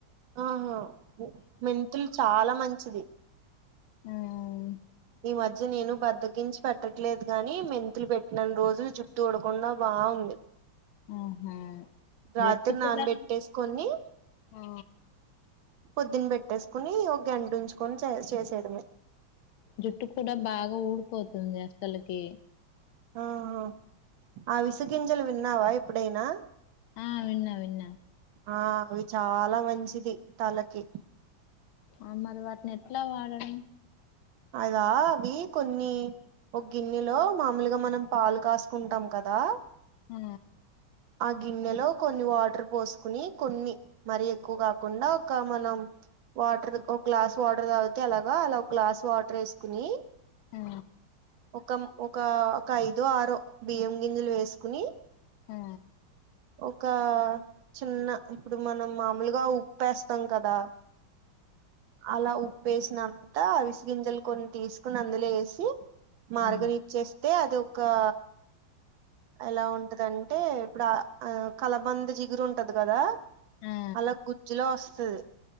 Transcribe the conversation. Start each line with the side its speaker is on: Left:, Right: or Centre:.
Right: ఆహా మెంతులు చాలా మంచిది.
Left: ఆమ్
Right: ఈ మధ్య నేను బద్దకించి పెట్టట్లేదు గాని, మెంతులు పెట్టినన్ని రోజులు జుట్టు ఊడకుండా బావుం ఏవ్
Left: ఆహా
Right: రాత్రి
Left: జుట్టు
Right: నానబెట్టేసుకొని
Left: కూడా ఆ
Right: పొద్దున బె ట్టేసుకుని ఒక గంట ఉంచుకొని చే చేసేయడమే
Left: జుట్టు కూడా బాగా ఊడిపోతుంది అసలకి
Right: ఆహా అవిసగింజలు విన్నావా ఎప్పుడైనా?
Left: ఆ విన్నా విన్నా
Right: ఆ అవి చాలా మంచిది తలకి
Left: ఆ మరి వాటిని ఎట్లా వాడడం?
Right: అదా వి కొన్ని ఒక గిన్నెలో మామూలుగా మనం పాలు కాసుకుంటాం కదా
Left: హ
Right: ఆ గిన్నెలో కొన్ని వాటర్ పోసుకుని కొన్ని మరి ఎక్కువ కాకుండా ఒక మనం వాటర్ ఒక గ్లాస్ వాటర్ తాగితే అలాగా అలా ఒక గ్లాస్ వాటర్ వేసుకుని
Left: ఆ
Right: ఒక ఒక ఒక ఐదో ఆరో బియ్యం గింజలు వేసుకుని
Left: ఆ
Right: ఒక చిన్న ఇప్పుడు మనం మామూలుగా ఉప్పేస్తాం కదా. అలా ఉ వేసినంత అవిసిగింజలు కొన్ని తీసుకుని అందులో ఏసి మారగనిచ్చేసి
Left: ఆ ఆ
Right: దే అదొకా ఎలా ఉంటదంటే ఇప్పుడు ఆ అ కలబంద జిగురు ఉంటది కదా
Left: ఆ
Right: అలా గుజ్జులో వస్తది.